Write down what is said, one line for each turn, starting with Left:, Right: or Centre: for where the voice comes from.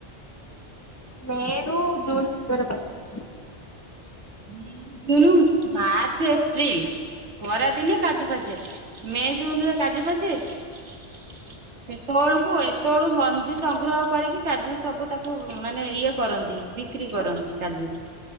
Left: ମେ ରୁ ଜୁନ୍ ଭିତରେ ପଚେ।
Right: ମେ ରୁ ଜୁନୁ ମାର୍ଚ୍ଚ ଏପ୍ରିଲ୍ ଖରା ଦିନେ କାଜୁ ପାଚ୍ ଚେ ମେ ଜୁନ ରେ କାଜୁ ପାଚେ ସେତେବେଳକୁ ଏତେବେଳକୁ ମଞ୍ଜି ସଂଗ୍ରହ କରିକି କାଜୁ ସବୁ ତାକୁ ମାନେ ଇଏ କରନ୍ତି ବିକ୍ରି କରନ୍ତି କାଜୁରୁ।